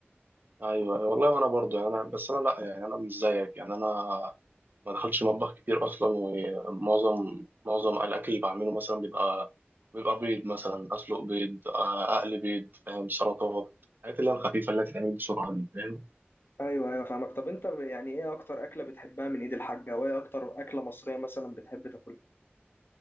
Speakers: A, on the right (about 50°); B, on the left (about 55°).
A: ايوه أيوة. والله انا برضو يعني انا بس انا لا يعني انا مش زيك يعني انا ما دخلتش مطبخ كتير اصلا ومعظم معظم الاكل اللي بعمله مثلا بيبقى بيبقى بيض مثلا اسلق بيض آه، اقلي بيض فاهم سلطات الحاجات اللي هي الخفيفه اللي هتتعمل بسرعه دي فاهم
B: ايوه ايوه فاهمك طب انت ب- يعني ايه اكتر اكله بتحبها من ايد الحاجه وايه اكتر اكله مصريه مثلا بتحب تاكلها